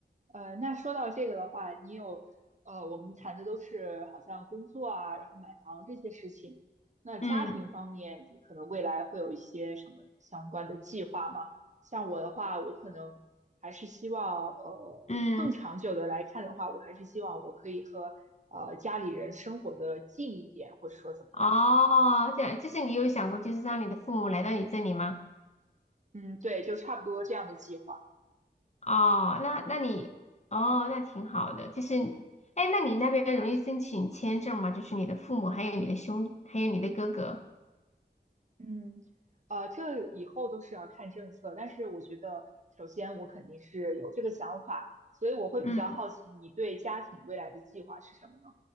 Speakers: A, on the right; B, on the left.
A: 呃，那说到这个的话，你有，呃，我们谈的都是好像工作啊，然后买房这些事情。那家庭方面，
B: 嗯
A: 你可能未来会有一些什么相关的计划吗？像我的话，我可能还是希望，呃，
B: 嗯。
A: 更长久的来看的话，我还是希望我可以和呃家里人生活的近一点，或者说怎么样。
B: 哦，这样就是你有想过，就是让你的父母来到你这里吗？
A: 嗯，对，就差不多这样的计划。
B: 哦，那那你哦，那挺好的。就是，哎，那你那边容易申请签证吗？就是你的父母，还有你的兄，还有你的哥哥。
A: 嗯，呃，这以后都是要看政策，但是我觉得，首先我肯定是有这个想法，所以我会比较好奇你对家庭未来的计划是什么呢？
B: 嗯，